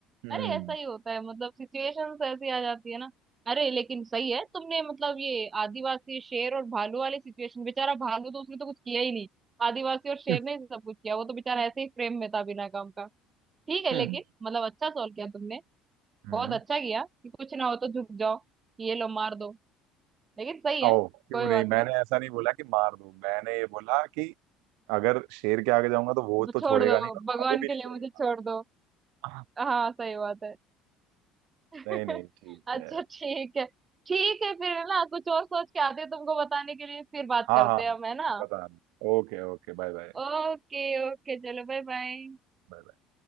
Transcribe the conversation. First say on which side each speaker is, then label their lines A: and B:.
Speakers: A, on the right; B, on the right.
A: हम्म
B: अरे ऐसा ही होता है मतलब सिचुएशंस ऐसी आ जाती है ना अरे लेकिन सही है तुमने मतलब ये आदिवासी शेर और भालू वाली सिचुएशन बेचारा भालू तो उसने तो कुछ किया ही नहीं आदिवासी और शेर
A: <laughs>
B: ने ही सब कुछ किया वो तो बेचारा ऐसे ही फ्रेम में था बिना काम का ठीक है
A: हम्म
B: लेकिन मतलब अच्छा सॉल्व किया तुमने
A: हम्म।
B: बहुत अच्छा किया कि कुछ ना हो तो झुक जाओ कि ये लो मार दो लेकिन सही है
A: ओ क्यों
B: कोई बात
A: नहीं मैंने
B: नहीं
A: ऐसा नहीं बोला कि मार दूं मैंने ये बोला कि अगर शेर के आगे जाऊंगा तो वो तो
B: छोड़
A: छोड़ेगा
B: दो
A: नहीं और
B: भगवान
A: भालू भी
B: के
A: नहीं
B: लिए
A: छोड़ेगा
B: मुझे छोड़ दो
A: हाँ।
B: हाँ सही बात है <laughs>
A: नहीं नहीं ठीक
B: अच्छा
A: है
B: ठीक है ठीक है फिर ना कुछ और सोच के आते हैं तुमको बताने के लिए फिर बात
A: हाँ
B: करते
A: हाँ
B: हैं हम है ना
A: बता Okay okay bye bye
B: ओके ओके चलो बाय बाय
A: Bye.